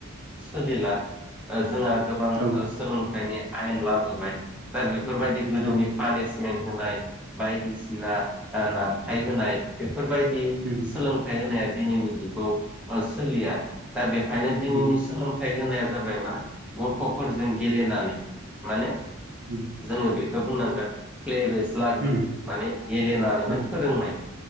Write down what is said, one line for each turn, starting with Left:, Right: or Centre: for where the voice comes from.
Centre: सोलिला ओ जोंहा गोबां
Right: औ
Centre: ओ सोलोंथाइनि आयेन लाबोबाय दा बेफोरबायदि गोदोनि
Right: औ
Centre: पानिस मेन्ट होनाय बायदिसिना नारखाय होनाय बेफोरबायदि
Right: उम
Centre: सोलोंथाइ होनाया दिनैनि जुगाव सोलिया दा बे खायनो दिनैनि
Right: उम
Centre: सोलोंथाइ होनाया जाबाय मा गथ'फोरजों गेलेनानै माने
Right: उम
Centre: जोङो बेखो बुंनांगोन प्लेबेस स्लानि
Right: उम
Centre: माने गेलेनानैनो
Right: औ
Centre: फोरोंनाय